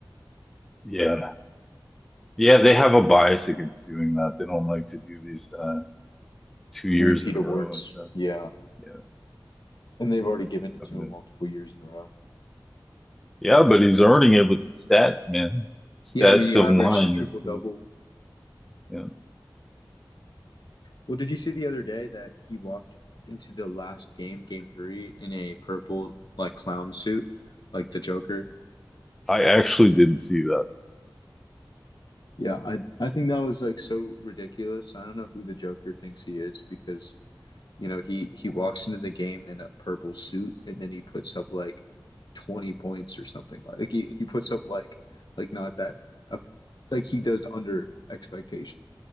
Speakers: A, in the centre; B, on the left.
A: yeah. Yeah, they have a bias against doing that. They don't like to do these uh two years
B: Repeat
A: in a
B: awards.
A: row and stuff.
B: Yeah.
A: Yeah.
B: And they've already given it
A: of
B: to
A: the-
B: him multiple years in a row.
A: Yeah, but he's earning it with the stats, man. Stats
B: Yeah, I mean, he
A: don't
B: averaged
A: lie in
B: a triple
A: this
B: double.
A: game. Yeah.
B: Well, did you see the other day that he walked into the last game, game three, in a purple like clown suit, like the Joker?
A: I actually didn't see
B: Yeah, I I think that was like so ridiculous. I don't know who the Joker thinks he is because, you know, he he walks into the game in a purple suit and then he puts up like 20 points or something like, like he he puts up like like not that up like he does under expectation.